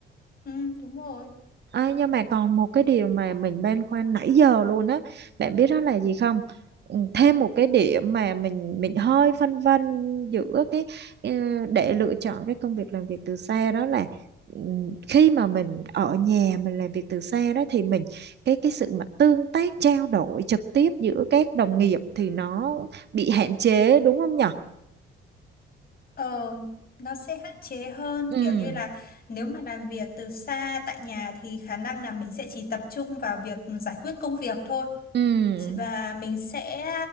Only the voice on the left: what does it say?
Ừ, đúng rồi.
Ờ, nó sẽ hạn chế hơn
kiểu như là nếu mà làm việc từ xa tại nhà thì khả năng là mình sẽ chỉ tập trung vào việc giải quyết công việc thôi
và mình sẽ